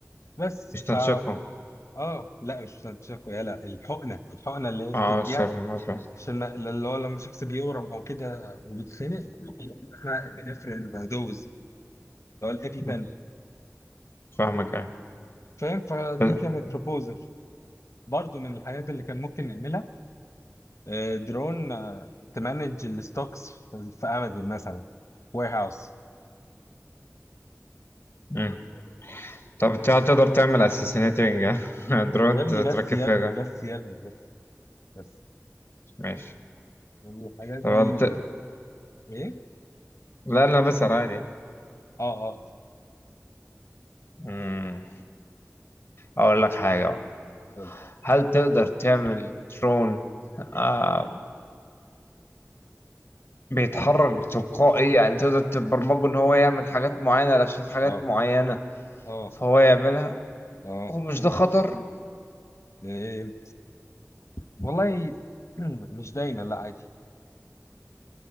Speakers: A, on the left; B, on the left.
A: بس
B: يستنشقوا
A: ف اه لا مش مش يلا الحقنه الحقنه اللي هي بتديها
B: اه اه سر المزرعة.
A: عشان ما- اللي هو لما شخص بيورم او كده وبيتخنق احنا ابينفرين دوز اللي هو الايبي
B: مم.
A: بين
B: فاهمك اه
A: فاهم فدي
B: ب-
A: كانت بروبوزل برضه من الحاجات اللي كان ممكن نعملها آه، درون آه، تمانج الستوكس في في امازون مثلا وير هاوس
B: مم. طب انت تقدر تعمل اساسينيتنج <laughs> درون
A: يا ابني
B: تركب
A: بس يا
B: فيها
A: ابني
B: جن.
A: بس يا ابني بس بس
B: ماشي
A: الحاجات دي
B: طب انت
A: آه، ايه
B: لا لا بسأل عادي
A: اه اه
B: مم. اقول لك حاجة بقى.
A: اتفضل.
B: هل تقدر تعمل درون آه بيتحرك
A: إيه؟
B: تلقائي يعني تقدر تبرمجه ان هو يعمل حاجات معينة لو شاف حاجات
A: اه
B: معينة
A: اه
B: فهو يعملها
A: اه
B: ومش ده خطر
A: إيه؟ والله <clears throat> مش دايما لا عادي